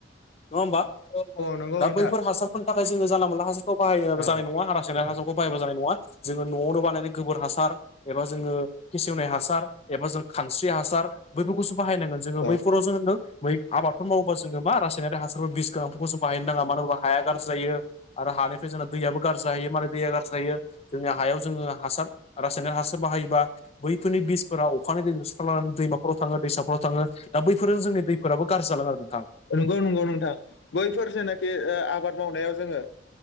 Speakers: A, on the left; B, on the left.
A: नङा होमबा औ
B: नंगौ
A: दा
B: नोंथां
A: बैफोर
B: औ
A: हासार नाथाय जोङो जानला मोनला हासारखौ बाहायबाबो
B: औ
A: जानाय नङा आरो रासायनारि हासारखौ बाहायबा जानाय नङा जोङो न'आवनो बानायनाय गोबोर हासार एबा जोङो फेसेवनाय हासार एबा जों खानस्रि हासार बैफोरखौसो बाहायनांगोन जोङो
B: औ
A: बैफोर खौ जोङो होनदों मै आबादखौ मावबा जोङो मा रासायनारि हासारफोर बिसोनां फोरखौ बाहायनो नाङा मानो होनबा हाया गाज्रि जायो आरो हानिफ्राय जोंना दैयाबो गाज्रि जायो मानो दैया गाज्रि जायो जोंनि हायाव जोङो हासार रासायनिक हासार बाहायोबा बैफोरनि बिसफोरा अखानि दैजों सुस्रालांनानै दैमाफोराव थाङो दैसाफोराव थाङो दा बैफोरजों जोंनि दैफोराबो गाज्रि जालाङो आरो नोंथां
B: नंगौ नंगौ नोंथां बैफोर जेनाखि आबाद मावनायाव जोङो